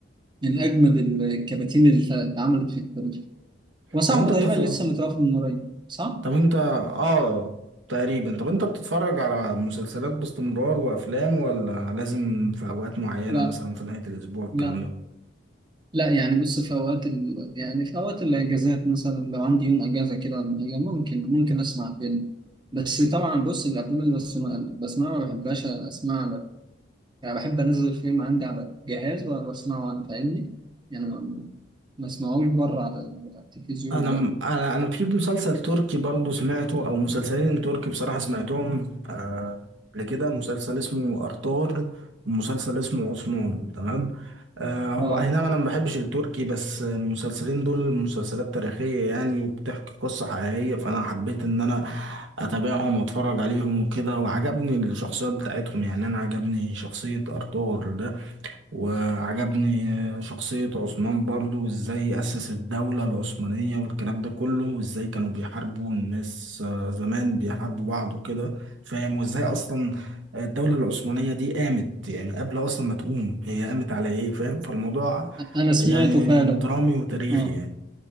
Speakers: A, on the right; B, on the right.
A: من أجمد الكراتين اللي اتعملت في التاريخ وصاحبه
B: طب انت
A: تقريبا
B: بتفضل
A: لسه متوفي من قريب صح؟
B: طب انت اه تقريبا طب انت بتتفرج على مسلسلات باستمرار وافلام ولا لازم في اوقات معينة
A: لا،
B: مثلا في نهاية الاسبوع الكلام
A: لا
B: ده
A: لا يعني بص في اوقات ال... يعني في اوقات الاجازات مثلا لو عندي يوم اجازه كده ولا حاجه ممكن ممكن اسمع فيلم بس طبعا بص الافلام اللي بسمع بسمعها ما بحبهاش اسمعها على- يعني بحب انزل الفيلم عندي على الجهاز واسمعه وانا فاهمني يعني ما ما اسمعوش بره على على التلفزيون
B: انا
A: لا
B: انا انا في مسلسل تركي برضو سمعته او مسلسلين تركي بصراحة سمعتهم آه، قبل كده مسلسل اسمه ارطغرل ومسلسل اسمه عثمان تمام آه،
A: اه
B: اي نعم انا ما بحبش التركي بس المسلسلين دول مسلسلات تاريخية يعني وبتحكي قصة حقيقية فانا حبيت ان انا اتابعهم واتفرج عليهم وكده وعجبني الشخصيات بتاعتهم يعني انا عجبني شخصية ارطغرل ده وعجبني شخصية عثمان برضو وازاي أسس الدولة العثمانية والكلام ده كله وازاي كانوا بيحاربوا الناس آه، زمان بيحاربوا بعض وكده فاهم وازاي أصلا الدولة العثمانية دي قامت يعني قبل أصلا ما تقوم هي قامت على إيه فاهم فالموضوع
A: انا سمعته
B: يعني
A: فعلا
B: درامي وتاريخي
A: اه
B: يعني